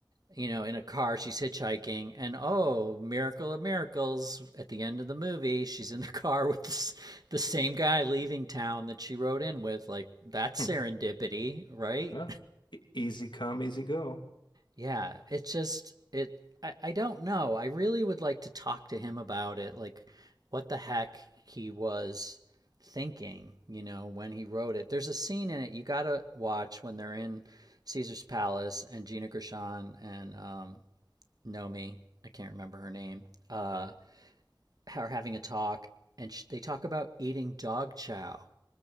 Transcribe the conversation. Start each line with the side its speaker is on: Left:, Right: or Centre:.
Right: you know, in a car, she's hitchhiking and oh, miracle of miracles, at the end of the movie, she's in the <laughs> car with this, the same guy leaving town that she rode in with like that's
Left: Hmm.
Right: serendipity, right?
Left: Yeah. E- easy come, easy go.
Right: Yeah, it's just it I, I don't know. I really would like to talk to him about it, like what the heck he was thinking, you know, when he wrote it. There's a scene in it you gotta watch when they're in Caesar's Palace and Gina Gershon and um Nomi, I can't remember her name, uh are having a talk and sh- they talk about eating dog chow